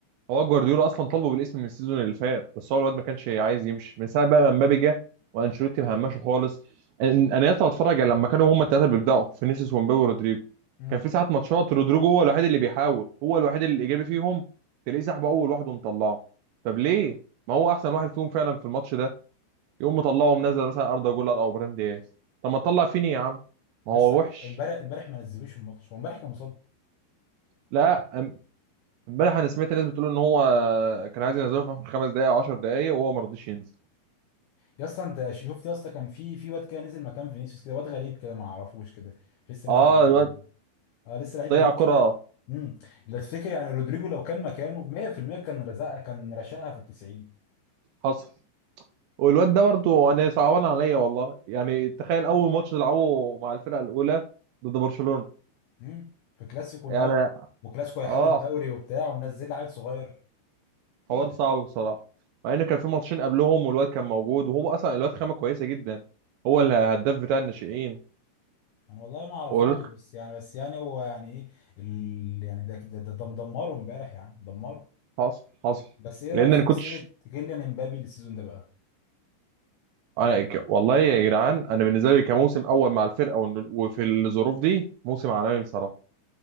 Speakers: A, on the right; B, on the left.
A: هو جوارديولا اصلا طالبه بالاسم من السيزون اللي فات بس هو الواد ما كانش عايز يمشي من ساعه بقى ما مبابي جه وانشيلوتي مهمشه خالص أن- انا لسه بتفرج على لما كانوا هما الثلاثه بيبداوا فينيسيوس ومبابي ورودريجو
B: امم
A: كان في ساعات ماتشات رودريجو هو الوحيد اللي بيحاول هو الوحيد الايجابي فيهم تلاقيه سحبه اول واحد ومطلعه طب ليه ما هو احسن واحد فيهم فعلا في الماتش ده يقوم مطلعه ومنزل مثلا اردا جولر او ابراهيم دياز طب ما تطلع فيني يا عم ما
B: يا
A: هو
B: اسطى
A: وحش
B: امبارح امبارح ما نزلوش الماتش هو امبارح كان مصاب
A: لا أم- امبارح انا سمعت ناس بتقول ان هو كان عايز ينزله في اخر خمس دقائق او 10 دقائق وهو ما رضيش ينزل
B: يا اسطى انت شفت يا اسطى كان في في واد كده نزل مكان فينيسيوس كده واد غريب كده ما اعرفوش كده لسه
A: اه
B: نازل جديد.
A: الواد
B: اه لسه لعيب
A: ضيع
B: جديد
A: كرة
B: كده امم لو تفتكر يعني رودريجو لو كان مكانه 100% كان رزقها كان رشقها في ال 90
A: حصل والواد ده برضو انا صعبان عليا والله يعني تخيل اول ماتش تلعبه مع الفرقة الاولى ضد برشلونة
B: امم في كلاسيكو
A: يعني
B: نار وكلاسيكو هيحدد
A: اه
B: الدوري وبتاع ومنزل لعيب صغير
A: حوار
B: ايه
A: صعب
B: ده؟
A: بصراحة مع ان كان في ماتشين قبلهم والواد كان موجود وهو اصلا الواد خامة كويسة جدا هو الهداف
B: مم.
A: بتاع الناشئين
B: انا والله ما اعرفوش
A: والواد
B: بس يعني بس يعني هو يعني ايه ال... يعني ده ده ده دمره امبارح يعني دمره
A: حصل حصل
B: بس ايه
A: لان
B: رايك في
A: انا كنتش
B: مسيره كيليان امبابي السيزون ده بقى؟
A: أنا ك... والله يا جدعان انا بالنسبة لي كموسم اول مع الفرقة ون- وفي الظروف دي موسم عالمي بصراحة